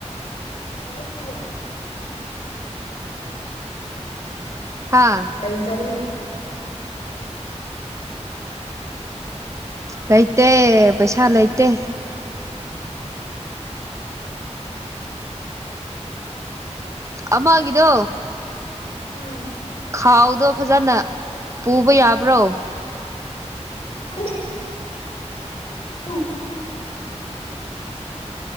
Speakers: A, on the left (about 55°); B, on the right (about 25°).
A: ꯇ ꯐꯗꯤꯌꯥ
B: ꯍꯥ
A: ꯆꯅꯤ
B: ꯂꯩꯇꯦ ꯄꯩꯁꯥ ꯂꯩꯇꯦ ꯑꯃꯒꯤꯗꯣ
A: ꯎꯝ
B: ꯈꯥꯎꯗꯣ ꯐꯖꯅ ꯄꯨꯕ ꯌꯥꯕ꯭ꯔꯣ
A: ꯊꯗꯦ ꯎ